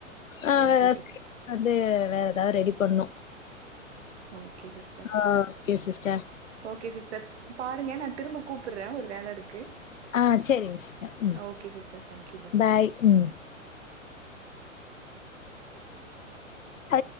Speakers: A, on the left; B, on the right.
A: ஆ
B: ஓகே
A: வேற <unintelligible>
B: சிஸ்டர்
A: வேற எதா ரெடி பண்ணு
B: ஒகே சிஸ்டர்
A: ஆ ஓகே சிஸ்டர்
B: ஓகே சிஸ்டக்ஸ் பாருங்க நா திரும்பக் கூப்பர்ற ஒரு வேல இருக்கு
A: ஆ சேரிங் ஸ்டர் ம்
B: ஓகே சிஸ்டர் தேங்க்யூ
A: பாய் ம் அ